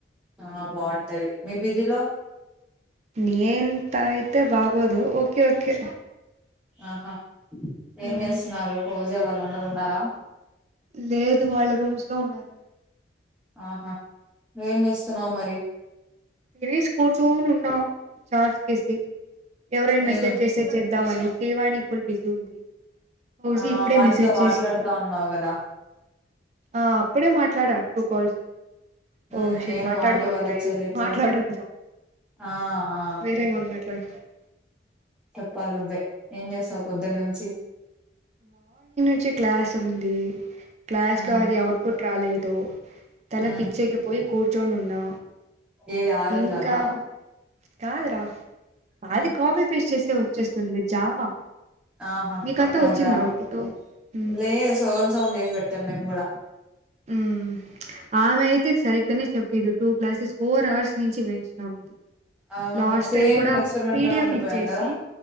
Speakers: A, in the centre; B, on the right (about 40°).
A: ఆ బాగుంటది మీ పిజి లో
B: మీఅంతయితే బాగోదు ఓకే ఓకే
A: ఆహా
B: హ్మ్
A: ఏం చేస్తున్నారు హౌజే వాళ్ళందరు ఉన్నారా,
B: లేదు వాళ్ళు రూమ్స్ లో ఉన్నారు వాళ్లు
A: ఆహా నువ్వేం చేస్తున్నావు, మరి
B: తినేసి కూర్చొని ఉన్న చార్జ్ కేసి ఎవరైనా
A: మ్మ్
B: మెసేజ్ చేస్తే చేద్దామని, శ్రీవాణి ఫుల్ బిజీ ఉంది. హౌజీ
A: ఆ
B: ఇప్పుడే
A: వాణితో
B: మెసేజ్ చేసింది.
A: మాట్లాడుతా ఉన్నావు కదా
B: ఆ అప్పుడే మాట్లాడ టూ కాల్స్
A: మ్మ్
B: ఓ షట్
A: నేను
B: మాట్లాడుకుడదరా
A: వాణి వాళ్ళ
B: ఇది
A: చెల్లితో
B: మాట్లాడొచ్చా
A: ఆ ఆ
B: వేరే ఎమన్నా మాట్లాడు, <unintelligible>
A: చెప్పాలి నువ్వే ఏం చేసావు, పొద్దున్న నుంచి
B: మంచి క్లాస్ ఉంది క్లాస్
A: ఉమ్
B: లో అది ఔట్ పుట్ రాలేదు తల
A: ఉమ్
B: పిచ్చేకి పోయి కూర్చొని ఉన్నా
A: ఏది ఆర్
B: ఇంకా
A: ల్ ఆ అబ్బా
B: కాదురా
A: ఉమ్
B: అది కాపీ పేస్ట్ చేస్తే వచ్చేస్తుంది ఇది జావా
A: ఆహా
B: మీకంతా
A: అదా
B: వచ్చిందా అవుట్పుట్ ఉమ్
A: లేదు సొగం సొగం చేసి పెట్టాం మేము కూడా ల
B: ఉమ్ ఆమె అయితే సరిగ్గనే చెప్పిదు టూ క్లాసెస్ ఫోర్ అవర్స్ నుంచి వేస్ట్ ఆమెతో
A: అవును
B: లాస్ట్
A: సేమ్
B: టైం కూడా
A: ఎక్స్పెరిమెంట్
B: పిడిఎఫ్
A: లోనే ఉండిపోయాం
B: ఇచ్చేసి
A: కదా